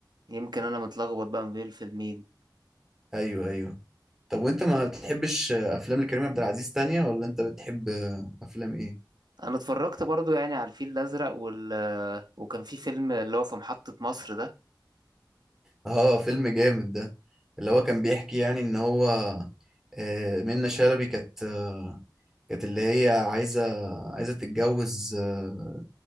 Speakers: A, on the right; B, in the centre.
A: يمكن انا متلخبط بقى ما بين الفيلمين
B: ايوه ايوه طب وانت ما بتحبش آه، افلام لكريم عبد العزيز تانية ولا انت بتحب آه، افلام ايه
A: انا اتفرجت برضو يعني على الفيل الازرق وال آه، وكان في فيلم اللي هو في محطة مصر ده
B: اه فيلم جامد ده اللي هو كان بيحكي يعني ان هو آه، منة شلبي كانت آه، كانت اللي هي عايزة عايزة تتجوز آه،